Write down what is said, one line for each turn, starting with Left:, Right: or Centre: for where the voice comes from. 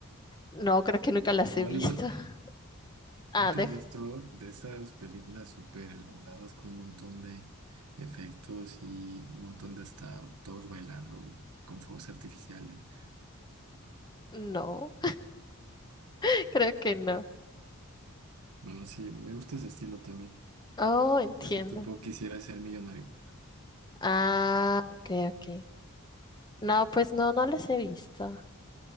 Left: No, creo que nunca las
Right: Bollywood.
Left: he visto. <laughs> Ah,
Right: ¿Nunca
Left: de,
Right: has visto de esas películas súper elaboradas con un montón de efectos y un montón de estados, todos bailando y con fuegos artificiales?
Left: no, <laughs> creo que no.
Right: No no, sí, me gusta ese estilo también.
Left: Oh, entiendo.
Right: Ese tipo quisiera ser millonario.
Left: Ah, ok, ok. No, pues no, no las he visto.